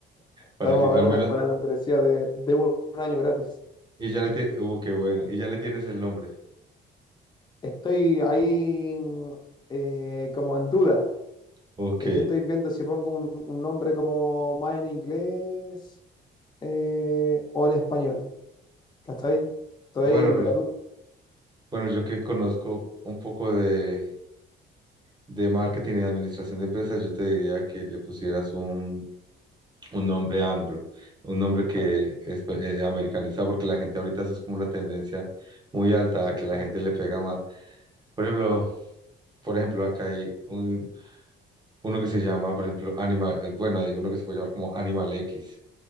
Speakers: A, on the right (about 20°); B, on the left (about 20°).
A: para
B: Te vamos
A: el gimnasio,
B: a dar
A: al
B: una,
A: menos.
B: una membresía de, de un, un año gratis.
A: Y ya le tienes, uh, qué bueno, y ya le tienes el nombre.
B: Estoy ahí mm, eh, como en duda.
A: Ok.
B: Es que estoy viendo si pongo un, un nombre como más en inglés eh, o en español, ¿cachai? Estoy
A: Bueno,
B: en la duda,
A: bueno, yo que conozco un poco de, de marketing y de administración de empresas, yo te diría que le pusieras un, un nombre anglo, un nombre que
B: claro,
A: es eh, americanizado, porque la gente ahorita eso es como una tendencia muy alta,
B: exactamente.
A: que la gente le pega más. Por ejemplo, por ejemplo, acá hay un uno que se llama, por ejemplo, Animal, eh, bueno, hay uno que se puede llamar como Animal X.